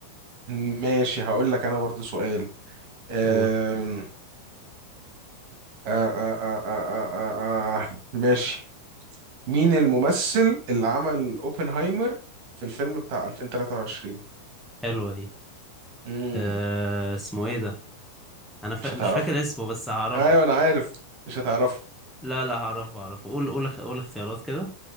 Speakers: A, on the right; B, in the centre.
A: ماشي هقول لك انا برضو سؤال أم...
B: قول
A: آه آه آه آه آه آه. آه، آه. ماشي مين الممثل اللي عمل اوبنهايمر في الفيلم بتاع 2023
B: حلوة دي
A: امم
B: آه، اسمه ايه ده انا فا...
A: مش
B: مش
A: هتعرفه
B: فاكر اسمه بس هعرفه
A: ايوه انا عارف مش هتعرفه
B: لا لا هعرفه هعرفه قول قول اخ- قول اختيارات كده